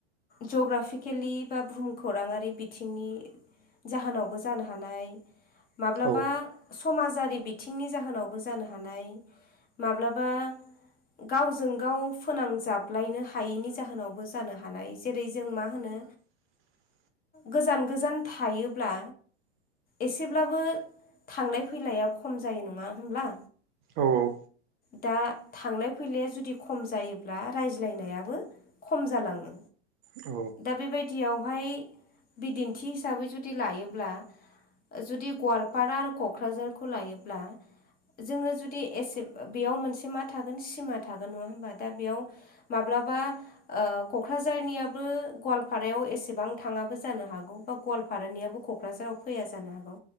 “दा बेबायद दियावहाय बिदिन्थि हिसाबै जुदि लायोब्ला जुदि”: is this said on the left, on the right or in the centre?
Left